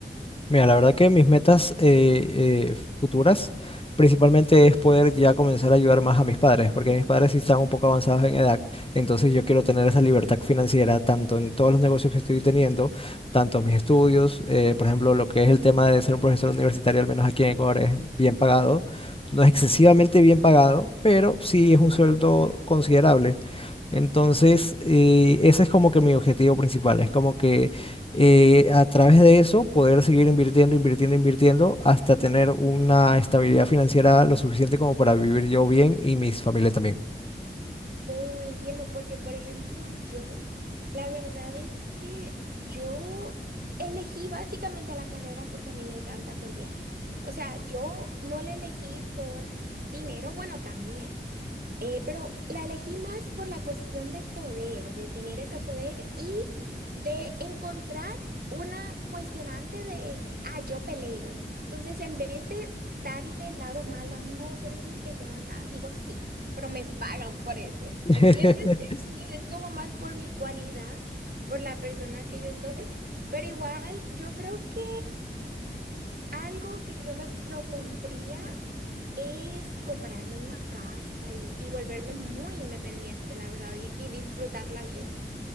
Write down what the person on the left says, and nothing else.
Mira, la verdad que mis metas eh, eh, futuras principalmente es poder ya comenzar a ayudar más a mis padres, porque mis padres sí están un poco avanzados en edad, entonces yo quiero tener esa libertad financiera tanto en todos los negocios que estoy teniendo, tanto mis estudios, eh, por ejemplo, lo que es el tema de ser un profesor universitario, al menos aquí en Ecuador, es bien pagado, no es excesivamente
bien pagado, pero sí es un sueldo considerable. Entonces, eh, ese es como que mi objetivo principal, es como que eh, a través de eso poder seguir invirtiendo, invirtiendo, invirtiendo hasta tener una estabilidad financiera lo suficiente como para vivir yo bien y mis familias también.
<laughs>